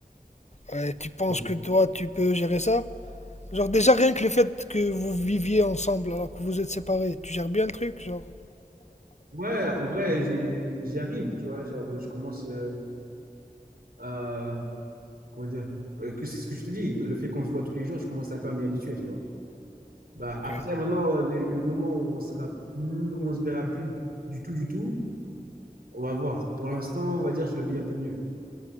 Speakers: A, on the left; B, on the right.
A: Ouais, tu penses
B: Bon,
A: que toi, tu peux gérer ça? Genre, déjà, rien que le fait que vous viviez ensemble alors que vous êtes séparés, tu gères bien le truc, genre.
B: Ouais, en vrai, j'y j'y arrive, tu vois. Genre, je commence euh, à. Comment dire? euh, que- C'est ce que je te dis. Le fait qu'on se voit tous les jours, je commence un peu à m'y habituer, tu vois. Bah,
A: Ok.
B: après, maintenant, euh, le, le moment où on sera plus, on se verra plus du tout, du tout, on va voir. Pour l'instant, on va dire, je le vis un peu mieux